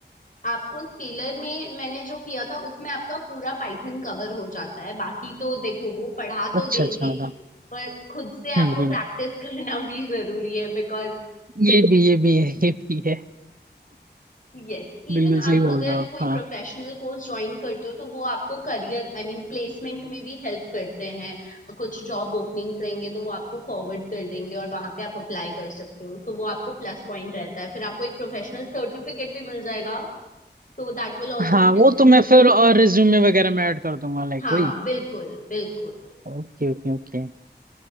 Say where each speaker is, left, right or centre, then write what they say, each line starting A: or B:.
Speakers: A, on the left; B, on the right.
A: आपको स्केलर में मैंने जो किया था उसमें आपका पूरा पाइथन कवर हो जाता है बाकी तो देखो वो पढ़ा
B: अच्छा
A: तो देंगे
B: अच्छा हाँ
A: पर खुद से आपको
B: हम्म हम्म
A: प्रैक्टिस <laughs> करना भी जरूरी है बिकॉज
B: ये भी ये भी है ये भी है
A: यस इवन
B: बिल्कुल
A: आप
B: सही बोल
A: अगर
B: रहे हो आप
A: कोई
B: हाँ
A: प्रोफेशनल कोर्स ज्वाइन करते हो तो वो आपको करियर आई मीन प्लेसमेंट में भी हेल्प करते हैं कुछ जॉब ओपनिंग्स रहेंगे तो वो आपको फॉरवर्ड कर देंगे और वहां पे आप अप्लाई कर सकते हो तो वो आपको प्लस पॉइंट रहता है फिर आपको एक प्रोफेशनल सर्टिफिकेट भी मिल जाएगा तो दैट विल ऑल्सो
B: हाँ
A: बी
B: वो तो मैं फिर और रिज्यूमे वगैरह में ऐड कर दूंगा लाइक
A: हाँ
B: वही
A: बिल्कुल बिल्कुल
B: Okay okay okay